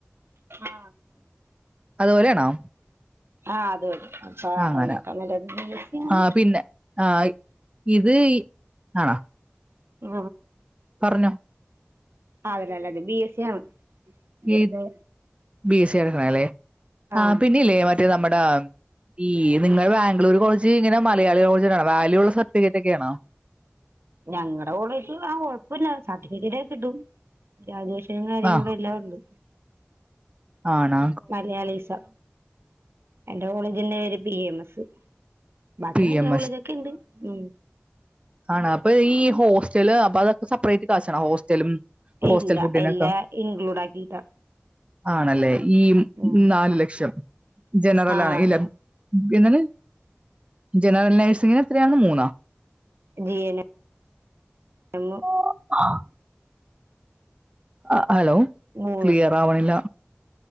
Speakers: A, on the right; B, on the right.
A: ആ.
B: അതുപോലെയാണോ.
A: ആഹ് അത് അപ്പ
B: ആ, അങ്ങനെ
A: അതിനേക്കാൾ നല്ലത് ബി എസ് സി യാണ്.
B: ആ പിന്നെ ആ ഇത് ആണ.
A: ആ
B: പറഞ്ഞോ.
A: അതല്ലല്ലെ ബി എസ് സി ആണ് ഇവിടുത്തെ.
B: ഈ ബി എസ് സി യ എട്ക്കണല്ലേ ആ
A: ആഹ്
B: പിന്നില്ലേ മറ്റേ നമ്മുട. ഈ നിങ്ങൾ ബാംഗ്ലൂർ കോളെജ് ഇങ്ങനെ മലയാളി <unintelligible> വാല്യൂള്ളസർട്ടിഫിക്കറ്റ് ഒക്കെ ആണോ?
A: ഞങ്ങടെ കോളേജ് ആ കൊഴപ്പല്ല സർട്ടിഫിക്കറ്റൊക്ക കിട്ടും. ഗ്രാജുഷനും കാര്യങ്ങളും
B: ആ
A: എല്ലാം ഉണ്ട്.
B: ആണ.
A: മലയാളീസ എന്റെ കോളേജിന്റെ പേര് പി എം എസ്. ബാക്കി
B: പി
A: നല്ല
B: എം
A: കോളേജ്ക്കെണ്ട് ഉം.
B: ആണ അപ്പൊ ഈ ഹോസ്റ്റല് അപ്പൊ അതൊക്കെ സെപ്പറേറ്റ് കാശണ ഹോസ്റ്റലും. ഹോസ്റ്റൽ
A: ഇല്ല
B: ഫുഡിനൊക്കെ
A: എല്ലാം ഇൻക്ലൂഡ് ആക്കിട്ട.
B: ആണല്ലേ ഈ
A: ഉം
B: നാല് ലക്ഷം ജനറൽ
A: ആഹ്
B: ആണെങ്കിലെ. എന്താണ് ജനറൽ നഴ്സിങ്ങിന് എത്രയാണ് മൂന്നാ.
A: G N M. എമ്മ്.
B: <unintelligible> ആ ഹലോ
A: മൂന്ന്
B: ക്ലിയർ ആവണില്ല.